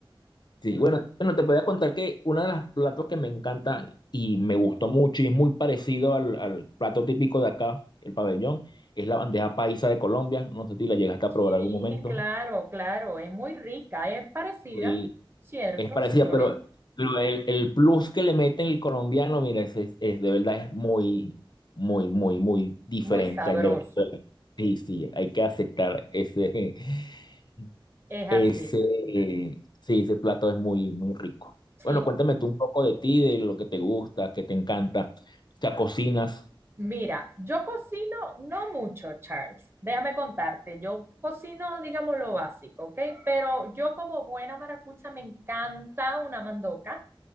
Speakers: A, on the left; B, on the right.
A: Sí, bueno, bueno, te podía contar que uno de los platos que me encanta y me gustó mucho y es muy parecido al, al plato típico de acá, el pabellón, es la bandeja paisa de Colombia. No sé si la llegaste
B: Sí,
A: a probar algún momento.
B: claro, claro, es muy rica, es parecida,
A: Y
B: ¿cierto?
A: es parecida,
B: Sí lo
A: pero,
B: es,
A: pero el, el plus que le meten el colombiano, mira, es, es, es de verdad es muy, muy, muy, muy diferente
B: muy sabroso,
A: al de Venezuela. Sí, sí, hay que aceptar ese, <laughs>
B: es así,
A: Ese,
B: es así.
A: eh, sí, ese plato es muy, muy rico.
B: Sí,
A: Bueno,
B: es-
A: cuéntame tú un poco de ti, de lo que te gusta, que te encanta. O sea, cocinas.
B: mira, yo cocino no mucho, Charles, déjame contarte, yo cocino, digamos, lo básico, ¿ok? Pero yo como buena maracucha me encanta una mandoca,